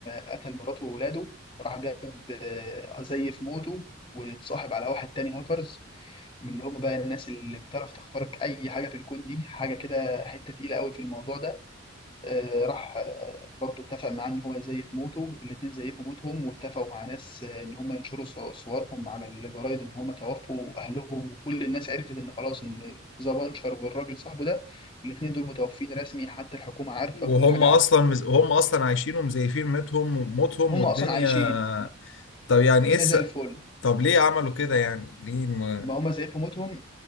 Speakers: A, on the left (about 25°); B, on the left (about 60°).
A: قتل مراته وولاده راح جاب آه، زيف موته واتصاحب على واحد تاني هاكرز من اللي هم بقى الناس اللي بتعرف تخترق اي حاجه في الكون دي حاجه كده حته تقيله قوي في الموضوع ده آه، راح آه، برضو اتفق معاه ان هو يزيف موته الاتنين زيفوا موتهم واتفقوا مع ناس آه، ان هم ينشروا صو- صورهم على الجرايد ان هم توفوا اهلهم وكل الناس عرفت ان خلاص ان ذا بانشر والراجل صاحبه ده الاتنين دول متوفين رسمي حتى الحكومة عارفة
B: وهم
A: كل حاجة
B: اصلا
A: عارفة
B: مز... هم اصلا عايشين ومزيفين ميتهم وموتهم
A: هم
B: والدنيا
A: اصلا عايشين
B: طب يعني
A: الدنيا
B: ايه الس...
A: زي الفل
B: طب ليه عملوا كده يعني ليه ما...
A: ما هم زيفوا موتهم